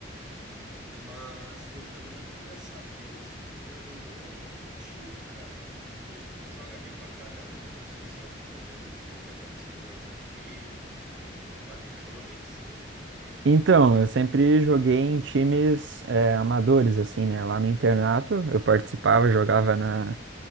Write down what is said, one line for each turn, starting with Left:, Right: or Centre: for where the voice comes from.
Centre: Mas eu também queria saber se tu já jogou em algum time, cara. Porque tu joga bem pra caramba, né? Eu não sei se em algum momento tu já participou de algum time, se já planejou, nem que seja.
Right: Então, eu sempre joguei em times eh, amadores, assim, né? Lá no internato, eu participava, jogava na,